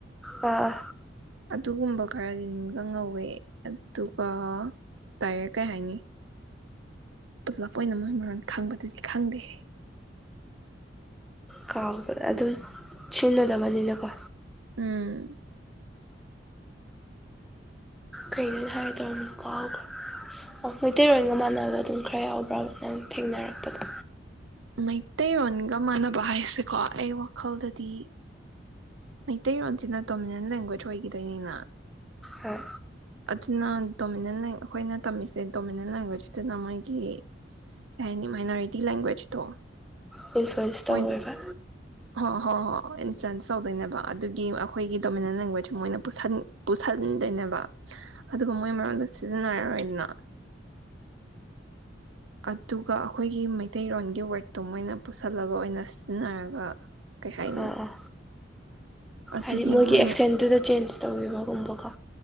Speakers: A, in the centre; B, on the right.
A: ꯑ
B: ꯑꯗꯨꯒꯨꯝꯕ ꯈꯔꯗꯤ ꯅꯤꯡꯁꯤꯡꯍꯧꯋꯦ ꯑꯗꯨꯒ ꯗꯥꯏꯔꯦꯛ ꯀꯩ ꯍꯥꯏꯅꯤ ꯄꯨꯂꯞ ꯑꯣꯏꯅ ꯃꯣꯏ ꯃꯔꯣꯟ ꯈꯪꯕꯗꯨꯗꯤ ꯈꯪꯗꯦ
A: ꯀꯥꯎꯕ ꯑꯗꯨꯝ ꯁꯤꯖꯤꯟꯅꯗꯕꯅꯤꯅꯀꯣ
B: ꯎꯝ
A: ꯀꯩꯅꯣ ꯑꯩꯅ ꯍꯥꯏꯒꯦ ꯇꯧꯔꯝꯕꯗꯣ ꯀꯥꯎꯈ꯭ꯔꯦ ꯑꯣ ꯃꯩꯇꯩꯔꯣꯟꯒ ꯃꯥꯟꯅꯕꯗꯤ ꯈꯔ ꯌꯥꯎꯕ꯭ꯔꯕ ꯅꯪ ꯊꯦꯡꯅꯔꯛꯄꯗꯣ
B: ꯃꯩꯇꯩꯔꯣꯟꯒ ꯃꯥꯟꯅꯕ ꯍꯥꯏꯁꯦꯀꯣ ꯑꯩ ꯋꯥ ꯈꯜꯗꯗꯤ ꯃꯩꯇꯩꯔꯣꯟꯁꯤꯅ ꯗꯣꯃꯤꯅꯦꯟ ꯂꯦꯡꯒꯨꯋꯦꯖ ꯑꯣꯏ ꯏꯗꯅꯤꯅ
A: ꯍꯣꯏ
B: ꯑꯗꯨꯅ ꯗꯣꯃꯤꯅꯦꯟ ꯑꯩꯈꯣꯏꯅ ꯇꯝꯃꯤꯁꯦ ꯗꯣꯃꯤꯅꯦꯟ ꯂꯦꯡꯒ꯭ꯋꯦꯖꯇꯨꯅ ꯃꯣꯏꯒꯤ ꯀꯩ ꯍꯥꯏꯅꯤ ꯃꯥꯏꯅꯔꯤ ꯇꯤ ꯂꯦꯡꯒꯋꯦꯖꯇꯣ
A: ꯋꯤꯜꯁ ꯋꯤꯜꯁ ꯇꯧꯋꯦꯕ
B: ꯃꯣꯏꯁꯦ ꯍꯣ ꯍꯣ ꯍꯣ ꯆꯦꯟꯁ ꯇꯧꯗꯣꯏꯅꯦꯕ ꯑꯗꯨꯒꯤ ꯑꯩꯈꯣꯏꯒꯤ ꯗꯣꯃꯤꯅꯦꯟ ꯂꯦꯡꯒ꯭ꯋꯦꯖ ꯃꯣꯏꯅ ꯄꯨꯁꯟ ꯄꯨꯁꯟꯗꯨꯏꯅꯦꯕ ꯑꯗꯨꯒ ꯃꯣꯏ ꯃꯔꯣꯟꯗ ꯁꯤꯖꯤꯅꯔꯣ ꯏꯅ ꯑꯗꯨꯒ ꯑꯩꯈꯣꯏꯒꯤ ꯃꯩꯇꯩꯔꯣꯟꯒꯤ ꯋꯔꯠꯇꯣ ꯃꯣꯏꯅ ꯄꯨꯁꯜꯂꯒ ꯑꯣꯏꯅ ꯁꯤꯖꯤꯟꯅꯔꯒ ꯀꯩ ꯍꯥꯏꯅꯤ
A: ꯑꯥ ꯑꯥ
B: ꯑꯗꯨꯒꯤ
A: ꯍꯥꯏꯗꯤ ꯃꯣꯏꯒꯤ
B: ꯃꯣꯏ
A: ꯑꯦꯛꯁꯦꯟꯗꯨꯨꯗ ꯆꯦꯟꯖ ꯇꯧꯕꯤꯕꯒꯨꯝꯕꯀꯣ